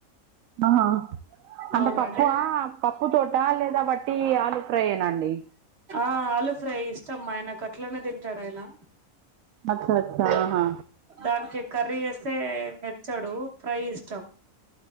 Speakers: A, on the right; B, on the right.
A: ఆ అంటే
B: అవునండి
A: పప్పు ఆ పప్పు తోట లేదా వట్టి ఆలు ఫ్రై ఏనా అండి
B: ఆ ఆలు ఫ్రై ఇష్టం మా ఆయ్నకు అట్లనే తింటాడ్ ఆయ్న
A: అచ్చచ ఆహా
B: దాన్కి కర్రీ ఏస్తే మెచ్చడు ఫ్రై ఇష్టం